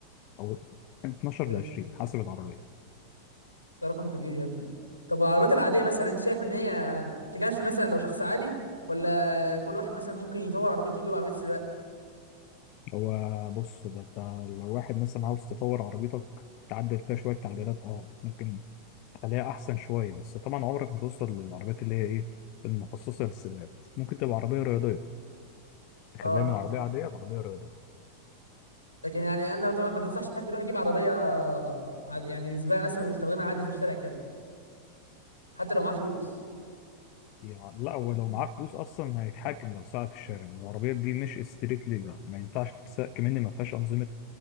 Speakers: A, on the left (about 40°); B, on the left (about 85°).
A: او 12
B: ساتر
A: ل 20 حسب العربيه
B: ده رقم كبير يا ابني طب والعربيات العادية مثلا انت شايف ان هي تكفي مثلا لو شخص عادي ولا كل واحد مثلا ممكن يطور عربيته ويجيب عربية سباق
A: هو بص ده انت لو واحد مثلا عاوز تطور عربيتك تعدل فيها شويه تعديلات اه ممكن تخليها احسن شويه بس طبعا عمرك ما توصل للعربيات اللي هي ايه المخصصه للسباقات ممكن تبقى عربيه رياضيه تخليها
B: اه
A: من عربيه عاديه لعربيه رياضيه
B: لكن يعني انا طبعا ما تنصحش حد يروح يجيب عربية عاد- يعني سباق مثلا ويستخدمها عادي في الشارع كده حتى لو معاه فلوس
A: يعني لا هو لو معاه فلوس اصلا هيتحكم لو ساعة في الشارع العربيات دي مش ستريت ليجل ما ينفعش تتساق كمان ما فيهاش انظمه